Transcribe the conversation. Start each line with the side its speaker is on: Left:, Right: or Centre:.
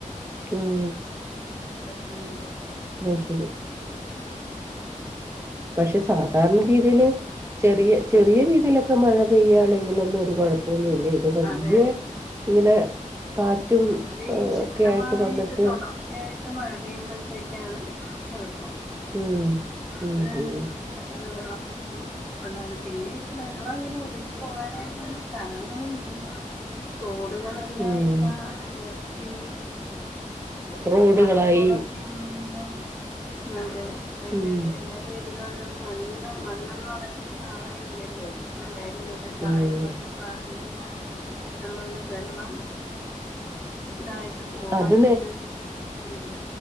Right: ഉം.
Centre: ഉം.
Right: അ ശരി. പക്ഷെ സാധാരണ രീതിൽ ചെറിയ ചെറിയ രീതിയിലൊക്കെ മഴ പെയ്യാണെങ്കിൽ ഒന്നു ഒരു കൊഴ ന്നല്ലേ ഇത് വല്ല്യയ
Centre: അതെ
Right: ഇങ്ങനെ കാറ്റും
Centre: ഇല്ല
Right: ആ,
Centre: ശക്തമായിട്ട്
Right: ഒക്കെ ആയിട്ട് വന്നിട്ട്
Centre: തുടർച്ചയായിട്ട് മഴ പെയ്യുമ്പോഴത്തേക്കാണ് കുഴപ്പം.
Right: ഉം. ഉം
Centre: പ്പഴാണ്
Right: ഉം
Centre: പെട്ടെന്ന് വെള്ളപ്പൊക്കം ഉണ്ട പിന്നെ ഇപ്പ വെള്ളം അങ്ങനെ ഒഴുകി പോകാനായിട്ട സ്ഥലങ്ങളും ഇല്ലല്ലോ. തോടുകളെല്ലാം
Right: ഉം
Centre: ഇപ്പ നിർത്തി.
Right: റോഡുകളായി
Centre: പറമ്പോളൊക്കെ ആണെങ്കിലും. അതെ എല്ലാ
Right: ഉം
Centre: എല്ലാ വീടുകളിലും മണ്ണ് മണ്ണെന്ന് പറയുന്ന സാധനം യില്ലല്ലോ. എല്ലരും മറ്റ തറയോടൊക്കെ
Right: ഉം
Centre: പറന്ന് <unintelligible> വെള്ളം ഇതായിട്ട് പോവാൻ
Right: അത്
Centre: ഒരു ഇല്ലല്ല.